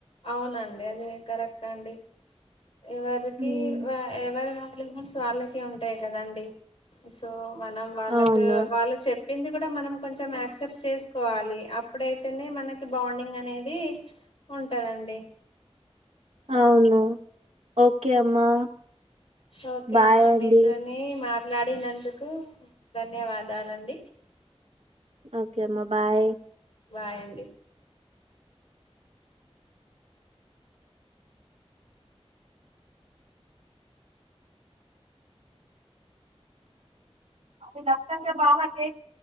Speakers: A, on the left; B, on the right.
A: అవునండి అదే కరెక్ట్ అండి ఎవరికి
B: ఉమ్,
A: ఎవరి వాళ్ళు మస్ వాళ్ళకి ఉంటాయి కదండి సో మనం వాళ్ళకు
B: అవును
A: వాళ్ళు చెప్ పింది కూడా మనం కొంచెం యాక్సెప్ట్ చేసుకోవాలి అప్పుడైతేనే మనకి బాండింగ్ అనేది దండి
B: అవును ఓకే అమ్మా
A: ఓకే
B: బాయ్
A: అమ్మా మీతోని
B: అండి
A: మాట్లాడినందుకు ధన్యవాదాలండి
B: ఓకే అమ్మా బాయ్
A: బాయండి
B: <unintelligible>